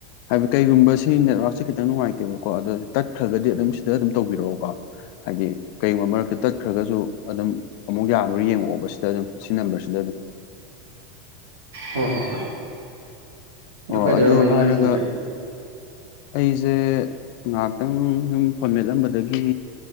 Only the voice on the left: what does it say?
ꯍꯥꯏꯕꯗꯤ ꯀꯩꯒꯨꯝꯕꯕꯁꯤ ꯅꯦꯠꯋꯥꯛꯁꯤꯦ ꯈꯤꯇꯪ ꯅꯨꯡꯉꯥꯏꯇꯦ ꯅꯠꯇꯦꯕꯀꯣ ꯑꯗꯣ ꯇꯠꯈ꯭ꯔꯒꯗꯤ ꯑꯗꯨꯝ ꯁꯤꯗ ꯑꯗꯨꯝ ꯇꯧꯕꯤꯔꯛꯑꯣꯀꯣ ꯍꯥꯏꯗꯤ ꯀꯩꯒꯨꯝꯕ ꯃꯔꯛꯇ ꯆꯠꯈ꯭ꯔꯒꯁꯨ ꯑꯗꯨꯝ ꯑꯃꯨꯛ ꯌꯥꯕ꯭ꯔ ꯌꯦꯡꯉꯛꯑꯣꯕꯁꯤꯗ ꯑꯗꯨꯝ ꯁꯤ ꯅꯝꯕꯔꯁꯤꯗ ꯑꯗꯨꯝ
ꯑꯣ
ꯑꯗꯨ ꯍꯥꯏꯔꯒ
ꯑꯩꯁꯦ ꯉꯥꯏꯍꯥꯛꯇꯪ ꯁꯨꯝ ꯐꯣꯟ ꯃꯦꯠꯂꯝꯕꯗꯒꯤ